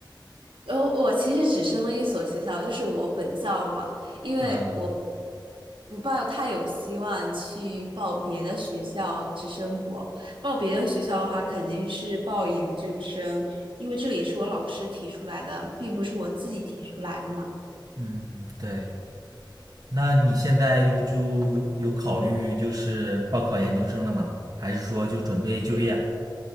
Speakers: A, on the right (about 85°); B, on the right (about 50°).
A: 然后我其实只升了一所学校，就是我本校嘛，因为我
B: 嗯
A: 不抱太有希望去报别的学校去生活。报别的学校的话，肯定是报研究生，因为这也是我老师提出来的，并不是我自己提出来的嘛。
B: 嗯，对。那你现在有就有有考虑就是报考研究生了吗？还是说就准备就业啊？